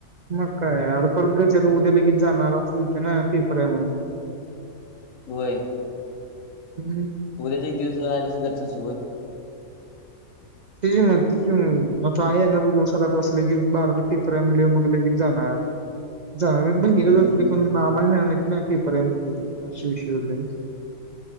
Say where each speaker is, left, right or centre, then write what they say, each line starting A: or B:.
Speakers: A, on the right; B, on the left.
A: मंग कायं आर परंत घरच्यां आंता उद्यां गी जाणारं असते नां पेपर आहे म्हणूंन
B: होयं
A: हम्मं
B: उद्याचं एक दिवसं राहिलासं घरच्यांसोबत
A: ति मंग ति मंग मं आहे बरं सट वासले की बारांला पेपर आहे म्हणजे की जाणारं जाणारं मं बहिणीलांच
B: हम्म
A: पणं आम्हांला नाहीं माहित नां पेपर ये मंग कसां कसां विषय होतोय